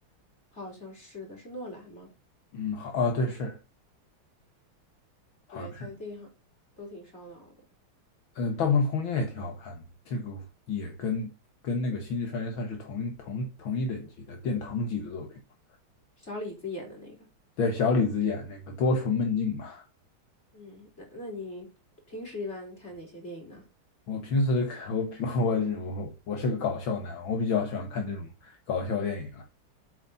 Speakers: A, on the left; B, on the left.
A: 好像是的，是诺兰吗？
B: 嗯，好啊，对，是好，
A: 对，
B: 像是，
A: 他的电影好都挺烧脑的，
B: 嗯，《盗梦空间》也挺好看的，这个也跟跟那个《星际穿越》算是同一同同一等级的殿堂级的作品吧。
A: 小李子演的那个。
B: 对，小李子演那个多重梦境嘛。
A: 嗯，那那你平时一般看哪些电影呢？
B: 我平时看我我我我是个搞笑男，我比较喜欢看这种搞笑电影啊。